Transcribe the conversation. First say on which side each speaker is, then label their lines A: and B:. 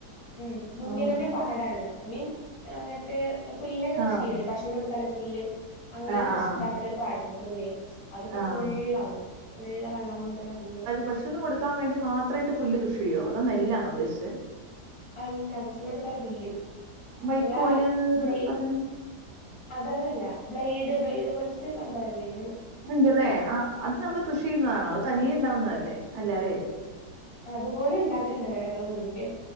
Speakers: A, on the left; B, on the right.
A: ഉം മുന്നിലന്നെ
B: ആഹ്.
A: പാടാണ് ഐ മീൻ അങ്ങനത്തെ പുല്ലക്കെ കൃഷി
B: ആഹ്.
A: ചെയ്യൂല്ലേ പശൂന് കൊടുക്കാനുല്ല പുല്ല് അങ്ങനെ
B: ആഹ്
A: കൃഷ്
B: ആഹ് ആഹ്.
A: ഇതാക്കണ ഒരു പാടണ്ട് മുന്നില് അതൊക്കെ
B: ആഹ്.
A: ഫുള്ളാകും ഫുള്ള് വെള്ളം കൊണ്ട് നെറഞ്ഞ്
B: പശുന് കൊടുക്കാം വേണ്ടി മാത്രെട്ട് പുല്ല് കൃഷിചെയ്യോ അതോ നെല്ലാണോ ഉദ്ദേശിച്ചെ
A: അല്ല പശൂന് കൊടുക്കാൻള്ള പുല്ല്
B: വൈക്കോല്
A: നമ്മളാ
B: എന്നോക്കെ
A: ബ്ലേ
B: പറയണെ
A: അതതല്ല ബ്ലെയ്ഡ് ബ്ലെയ്ഡ് പോലത്തൊരു സംഭവ ഇല്ലേ
B: ഉണ്ട്ല്ലേ ആഹ് അത് നമ്മള് കൃഷി ചെയ്യുന്നതാണോ അത് തനിയെ ഇണ്ടാവുന്നതല്ലേ അല്ലാലെ
A: അതുപോലെ ഉണ്ടാക്കണ്ട് ഇവട ഞങ്ങള മുന്നില്